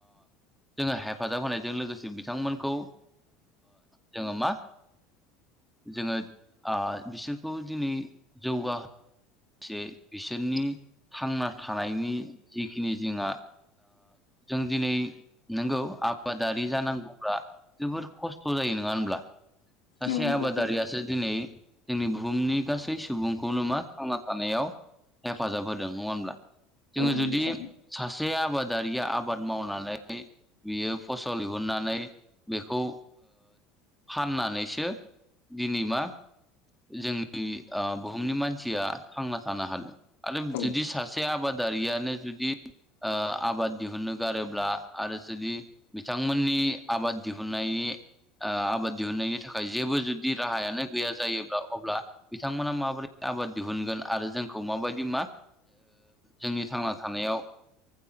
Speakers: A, in the centre; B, on the left (about 75°).
A: जोङो हेफाजाब होनायजों लोगोसे बिथांमोनखौ। जोङो मा जोङो बिसोरखौ दिनै जौगा। एसे बिसोरनि थांना थानायनि जिखिनि जोंहा। जों दिनै नोंगौ आबादारि जानांगौब्ला जोबोर खस्थ' जायो नङा होनब्ला सासे
B: औ नंगौ
A: आबादारियासो दिनै जोंनि बुहुमनि गासै सुबुंखौनो मा थांना। थानायाव हेफाजाब होदों नङा होमब्ला जोङो
B: औ
A: जुदि
B: नंगौ थारैनो
A: सासे आबादारिया आबाद मावनानै। बियो फसल दिहुननानै बेखौ फाननानैसो। दिनिमा जोंनि बुहुमनि मानसिया थांना थानो हादों आरो
B: औ
A: जुदि सासे आबाद दारियानो जुदि आबाद दिहुनो गारोब्ला आरो जुदि बिथांमोननि आबाद दिहुननाय। आबाद दिहुननायनि थाखाय जेबो जुदि राहायानो गैया जायो। अब्ला बिथांमोना माबोरै आबाद दिहुनगोन आरो जोंखौ माबायदि मा जोंनि थांना थानायाव